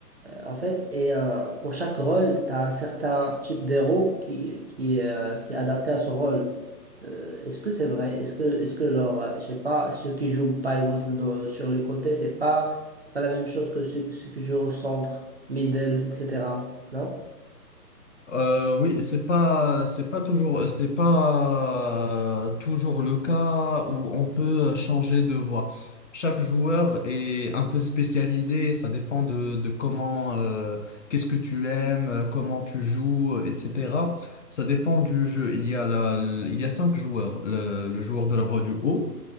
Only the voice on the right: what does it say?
En fait, et euh, pour chaque rôle, tu as un certain type d'héros qui, qui, euh, qui est adapté à ce rôle. Euh, est-ce que c'est vrai? Est-ce que, est-ce que genre, euh, je sais pas, ceux qui jouent par exemple dans- sur les côtés, c'est pas, c'est pas la même chose que ceux, ceux qui jouent au centre, middle, etc. Non?